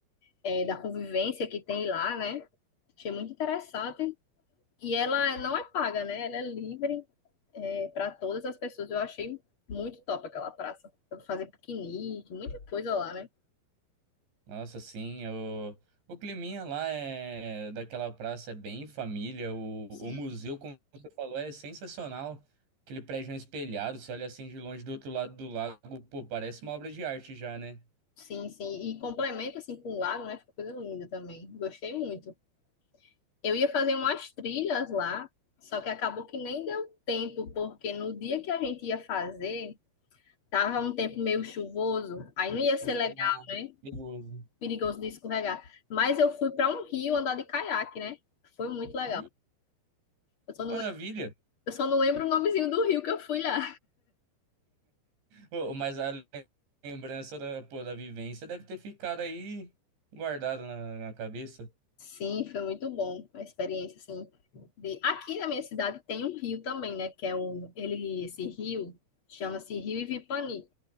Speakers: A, on the left; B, on the right.
A: é, da convivência que tem lá, né? Achei muito interessante. E ela não é paga, né? Ela é livre é, para todas as pessoas. Eu achei muito top aquela praça. Dá pra fazer piquenique, muita coisa lá, né?
B: Nossa, sim, o, o climinha lá é daquela praça é bem família. O, o
A: sim.
B: museu, como você falou, é sensacional. Aquele prédio espelhado, você olha assim de longe do outro lado do lago, pô, parece uma obra de arte já, né?
A: Sim, sim. E complementa assim com o lago, né? Fica coisa linda também. Gostei muito. Eu ia fazer umas trilhas lá, só que acabou que nem deu tempo, porque no dia que a gente ia fazer, tava um tempo meio chuvoso, aí não ia ser legal,
B: Ah,
A: né?
B: perigoso.
A: Perigoso de escorregar. Mas eu fui para um rio andar de caiaque, né? Foi muito legal.
B: Hum,
A: Eu só não,
B: maravilha!
A: eu só não lembro o nomezinho do rio que eu fui lá.
B: Ô, mas a lembrança da, pô, da vivência deve ter ficado aí guardada na, na cabeça,
A: Sim, foi muito bom a experiência, assim. De... Aqui na minha cidade tem um rio também, né? Que é o, ele, esse rio chama-se Rio Ivipani.